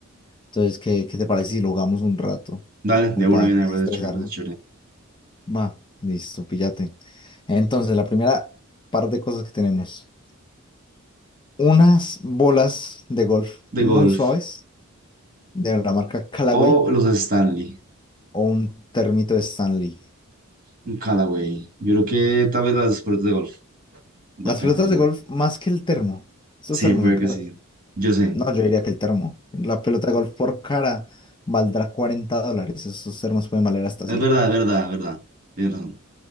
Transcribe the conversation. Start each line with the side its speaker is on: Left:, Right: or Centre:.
Left: Entonces, ¿qué, qué te parece si lo jugamos un rato?
Right: dale,
Left: Como
Right: de una
Left: para
Right: viene,
Left: desestresarnos.
Right: me parece chévere, me parece chévere.
Left: Va, listo, píllate. Entonces, la primera par de cosas que tenemos. Unas bolas de golf
Right: De
Left: muy
Right: golf.
Left: suaves de la marca Callaway
Right: O los Stanley,
Left: o un termito de Stanley.
Right: un Callaway. Yo creo que tal vez las deportes de golf.
Left: Las
Right: Va a pensar
Left: pelotas
Right: que
Left: de
Right: son.
Left: golf más que el termo. Esos
Right: Sí,
Left: termos
Right: puede
Left: son caros.
Right: que sí. Yo sé.
Left: No, yo diría que el termo. La pelota de golf por cara valdrá 40 dólares. Esos termos pueden valer hasta
Right: Es
Left: cien
Right: verdad, es verdad, es verdad. Tienes razón.